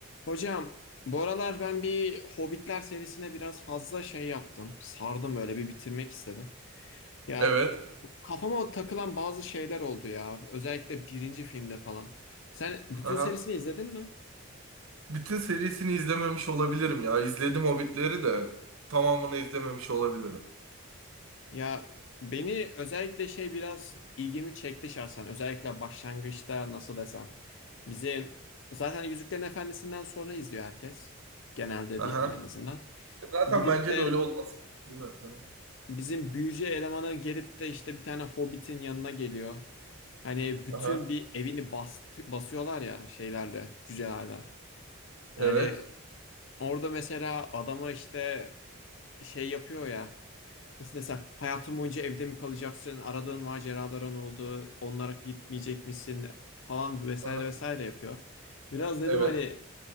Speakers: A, on the left (about 60°); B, on the right (about 70°).
A: Hocam, bu aralar ben bir Hobbitler serisine biraz fazla şey yaptım. Sardım böyle bir bitirmek istedim. Ya
B: Evet.
A: kafama takılan bazı şeyler oldu ya. Özellikle birinci filmde falan. Sen bütün
B: Aha.
A: serisini izledin mi?
B: Bütün serisini izlememiş olabilirim ya. İzledim Hobbit'leri de tamamını izlememiş olabilirim.
A: Ya beni özellikle şey biraz ilgimi çekti şahsen. Özellikle başlangıçta nasıl desem. Bizim zaten Yüzüklerin Efendisi'nden sonra izliyor herkes. Genelde
B: Aha.
A: diyelim en azından.
B: Zaten
A: Gidip
B: bence
A: de
B: de öyle olması. Değil mi? Aha.
A: bizim büyücü elemanı gelip de işte bir tane hobbitin yanına geliyor. Hani bütün
B: Aha.
A: bir evini bas, basıyorlar ya şeylerde, cücelerde. Yani
B: Evet.
A: orada mesela adama işte şey yapıyor ya. Nasıl desem hayatın boyunca evde mi kalacaksın? Aradığın maceraların oldu. Onlara gitmeyecek misin? Falan vesaire
B: Aha.
A: vesaire yapıyor. Biraz dedim
B: Evet.
A: hani